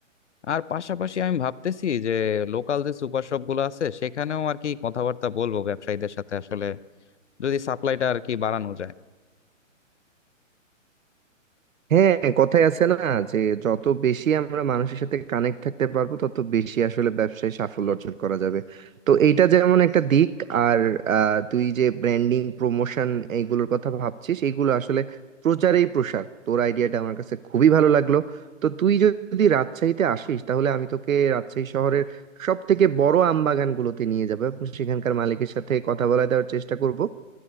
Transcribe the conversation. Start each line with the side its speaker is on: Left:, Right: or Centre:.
Left: আর পাশাপাশি আমি ভাবতেছি যে লোকাল যে সুপার শপ গুলো আছে সেখানেও আর কি কথাবার্তা বলবো ব্যবসায়ীদের সাথে আসলে যদি সাপ্লাইটা আর কি বাড়ানো যায়
Right: হ্যাঁ কথাই আছে না যে যত বেশি আমরা মানুষের সাথে কানেক্ট থাকতে পারবো তত বেশি আসলে ব্যবসায় সাফল্য অর্জন করা যাবে তো এইটা যেমন একটা দিক আর আহ, তুই যে ব্র্যান্ডিং প্রমোশন এইগুলোর কথা ভাবছিস এইগুলো আসলে প্রচারেই প্রসার তোর আইডিয়াটা আমার কাছে খুবই ভালো লাগলো তো তুই যদি রাজশাহীতে আসিস তাহলে আমি তোকে রাজশাহী শহরের সব থেকে বড় আম বাগানগুলোতে নিয়ে যাবো এবং সেখানকার মালিকের সাথে কথা বলা দেওয়ার চেষ্টা করব